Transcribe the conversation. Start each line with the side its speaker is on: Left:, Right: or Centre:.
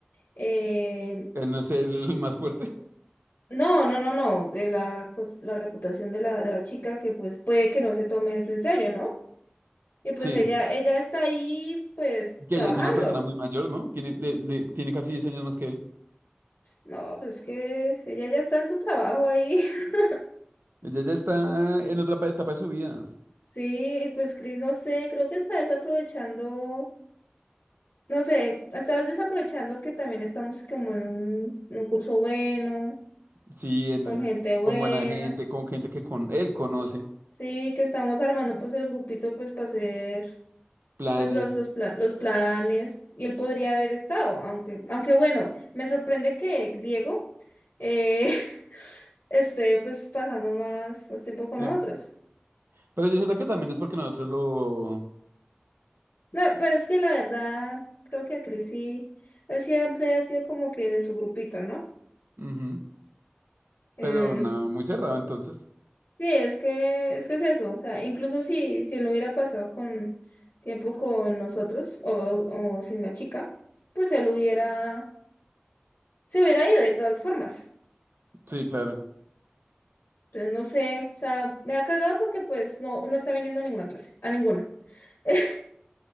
Left: eh,
Right: él no es el más fuerte. <laughs>
Left: no, no, no, no, de la, cos- la reputación de la, de la chica que pues puede que no se tome eso en serio, ¿no? Y pues
Right: Sí,
Left: ella, ella está ahí pues
Right: que
Left: trabajando.
Right: ella es una persona muy mayor, ¿no? Tiene, le- le- tiene casi 10 años más que él.
Left: No, pues es que ella ya está en su trabajo ahí. <laughs>
Right: Ella ya está en otra pa- etapa de su vida.
Left: Sí, y pues Chris, no sé, creo que está desaprovechando, no sé, está desaprovechando que también estamos como en un, en un curso bueno,
Right: Sí, en-
Left: con gente buena.
Right: con buena gente, con gente que con él conoce,
Left: Sí, que estamos armando pues el grupito pues para hacer
Right: planes.
Left: pues los, los, pla- los planes y él podría haber estado, aunque, aunque bueno, me sorprende que Diego eh, <laughs> esté pues pasando más, más tiempo con
Right: Bien.
Left: nosotros.
Right: Pero yo siento que también es porque nosotros lo...
Left: No, pero es que la verdad, creo que a Chris sí, él siempre ha sido como que de su grupito, ¿no?
Right: ujú,
Left: Em,
Right: Pero no, muy cerrado entonces.
Left: sí, es que, es que es eso, o sea, incluso si, si él no hubiera pasado con tiempo con nosotros o, o o sin la chica, pues él hubiera, se hubiera ido de todas formas.
Right: Sí, claro.
Left: Entonces, no sé, o sea, me da cagada porque pues no, no está viniendo a ninguna clase, a ninguna. <laughs>